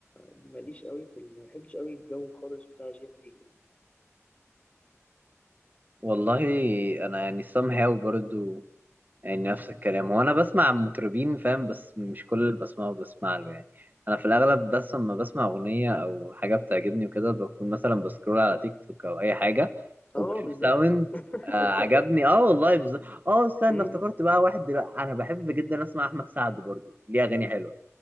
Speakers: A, on the left; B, on the right.
A: ماليش قوي في ال- ما بحبش قوي الجو خالص بتاع جين زي يعني
B: والله انا يعني somehow برضه يعني نفس الكلام وانا بسمع عن مطربين فاهم بس مش كل اللي بسمعه بسمع له يعني انا في الاغلب بس لما بسمع اغنيه او حاجه بتعجبني وكده بكون مثلا بسكرول على تيك توك او اي حاجه
A: اه
B: وبشوف
A: بالظبط
B: ساوند
A: <laughs>
B: آه عجبني اه والله بز... اه استنى
A: مم.
B: افتكرت بقى واحد دلوقتي انا بحب جدا اسمع احمد سعد برضو ليه اغاني حلوه